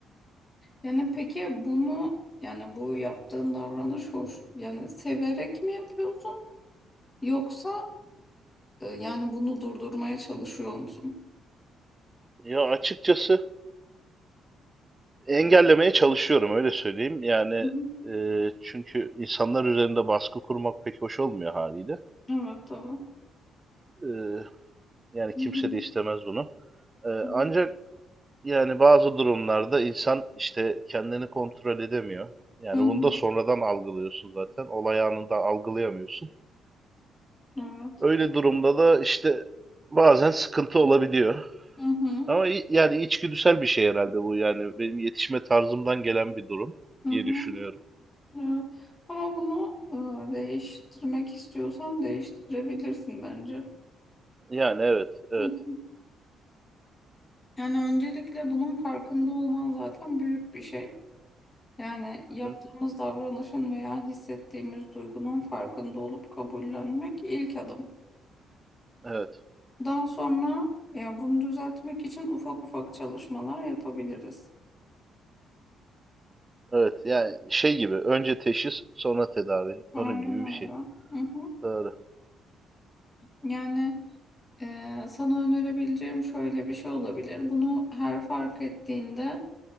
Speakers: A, on the left (about 20°); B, on the right (about 25°).
A: Yani peki bunu yani bu yaptığın davranış hoş yani severek mi yapıyorsun yoksa e, yani bunu durdurmaya çalışıyor musun?
B: Ya açıkçası engellemeye çalışıyorum öyle söyleyeyim. Yani
A: Hı hı.
B: e, çünkü insanlar üzerinde baskı kurmak pek hoş olmuyor haliyle.
A: Evet, tamam.
B: E, yani
A: Hı
B: kimse
A: hı.
B: de istemez bunu. E,
A: Hı hı.
B: ancak yani bazı durumlarda insan işte kendini kontrol edemiyor. Yani
A: Hı hı.
B: bunu da sonradan algılıyorsun zaten. Olay anında algılayamıyorsun.
A: Evet.
B: Öyle durumda da işte bazen sıkıntı olabiliyor.
A: Hı hı.
B: Ama i- yani içgüdüsel bir şey herhalde bu yani benim yetişme tarzımdan gelen bir durum
A: Hı
B: diye
A: hı.
B: düşünüyorum.
A: Evet. Ama bunu e, değiştirmek istiyorsan değiştirebilirsin bence.
B: Yani evet, evet.
A: Hı hı. Yani öncelikle bunun farkında olman zaten büyük bir şey. Yani
B: Hı
A: yaptığımız
B: hı,
A: davranışın veya hissettiğimiz duygunun farkında olup kabullenmek ilk adım.
B: evet,
A: Daha sonra ya bunu düzeltmek için ufak ufak çalışmalar yapabiliriz.
B: evet. Yani şey gibi önce teşhis sonra tedavi.
A: Aynen
B: Onun gibi
A: öyle.
B: bir şey.
A: Hı hı.
B: Doğru.
A: Yani Ee, sana önerebileceğim şöyle bir şey olabilir. Bunu her fark ettiğinde